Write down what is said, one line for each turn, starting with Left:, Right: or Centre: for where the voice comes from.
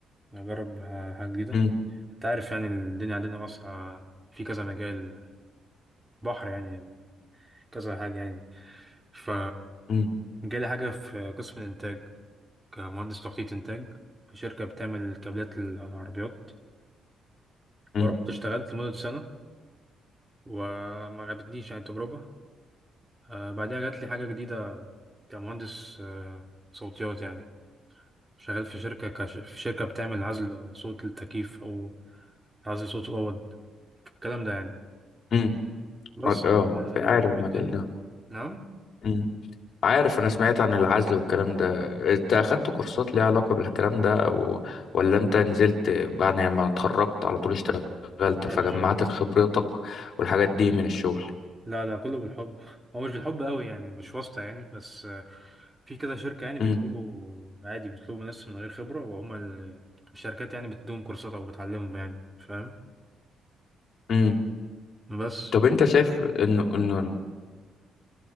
Right: أجرب حاجة جديدة
Left: امم
Right: أنت عارف يعني الدنيا عندنا واسعة في كذا مجال بحر يعني كذا حاجة يعني ف
Left: امم.
Right: جالي حاجة في قسم الإنتاج كمهندس تخطيط إنتاج في شركة بتعمل كابلات العربيات
Left: امم
Right: ورحت اشتغلت لمدة سنة وما عجبتنيش يعني التجربة آه، بعدها جات لي حاجة جديدة كمهندس آه، صوتيات يعني شغال في شركة كش... في شركة بتعمل عزل صوت للتكييف أو عزل صوت أوض الكلام ده يعني
Left: امم
Right: بس
Left: عار- اه
Right: آه،
Left: عارف
Right: يبقى شوف
Left: المجال
Right: الدنيا
Left: ده
Right: نعم
Left: امم عارف انا سمعت عن العزل والكلام ده انت اخدت كورسات ليها علاقة بالكلام ده او ولا انت نزلت بعد ما اتخرجت على طول اشتغلت
Right: لا
Left: فجمعت
Right: يا باشا
Left: خبرتك والحاجات دي من الشغل
Right: لا لا كله بالحب <laughs> هو مش بالحب قوي يعني مش واسطة يعني بس آه، في كده شركة يعني بيطلبوا
Left: امم
Right: عادي بيطلبوا ناس من غير خبرة وهما ال- الشركات يعني بتديهم كورسات أو بتعلمهم يعني فاهم
Left: امم
Right: بس
Left: طب انت شايف انه انه